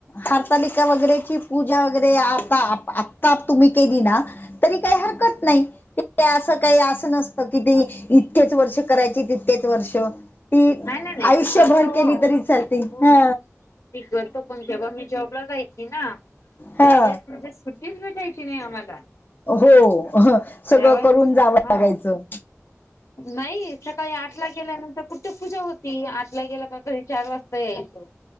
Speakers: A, on the left; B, on the left.
A: हरतालिका वगैरेची पूजा वगैरे आता आता तुम्ही केली ना तरी काही हरकत नाही ते असं काही असं नसतं की ते तितकेच वर्ष करायची तितकेच वर्ष ती
B: नाही नाही
A: आयुष्यभर
B: ती करतो
A: केली
B: हो.
A: तरी चालते.
B: हो.
A: हा
B: हे व्रत पण केव्हा मी जॉब ला जायचे ना
A: हा
B: त्यावेळेस तीच भेटायची नाही आम्हाला.
A: हो सगळं
B: त्यावेळेस
A: करून
B: मग
A: जावं
B: हा
A: लागायचं.
B: नाही. सकाळी आठला गेल्यानंतर कुठे पूजा होती. आठला गेला का घरी चार वाजता यायची.